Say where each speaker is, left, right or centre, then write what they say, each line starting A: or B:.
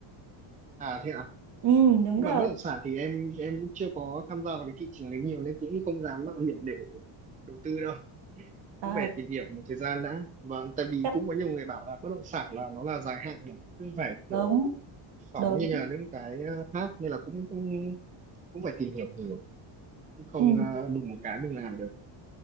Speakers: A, on the right; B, on the right.
A: à thế ạ
B: Ừ, đúng
A: nhưng
B: rồi.
A: mà bất động sản thì em em cũng chưa có tham gia vào cái thị trường đấy nhiều nên cũng không dám mạo hiểm để đầu tư đâu
B: À,
A: cũng phải tìm hiểu một thời gian đã vâng tại vì
B: cắt
A: cũng có nhiều người bảo là bất động sản là nó là dài hạn mà, chứ không phải
B: đống
A: kiểu phỏng
B: đống.
A: như là những cái ờ, khác nên là cũng cũng, cũng phải tìm hiểu nhiều chứ không
B: Ừ.
A: ờ, đùng một cái mình làm được